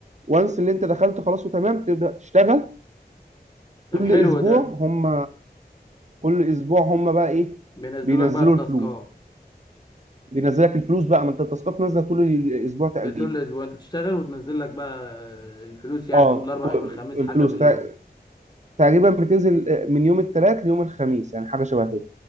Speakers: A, on the right; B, on the left.
A: وانس اللي انت دخلت خلاص وتمام تبدا تشتغل
B: طب
A: كل
B: حلو
A: اسبوع
B: ده
A: هم كل اسبوع هم بقى ايه
B: بينزلوا
A: بينزلوا
B: لك بقى التاسكات
A: الفلوس بينزلك الفلوس بقى ما انت التاسكات نازله طول الاسبوع تقريبا
B: طول الاسبوع انت تشتغل وتنزل لك بقى الفلوس يعني
A: اه
B: يوم الاربع
A: كو-
B: يوم الخميس
A: الفلوس
B: حسب اليوم
A: تق- تقريبا بتنزل آه، من يوم الثلاث ليوم الخميس يعني حاجه شبه كده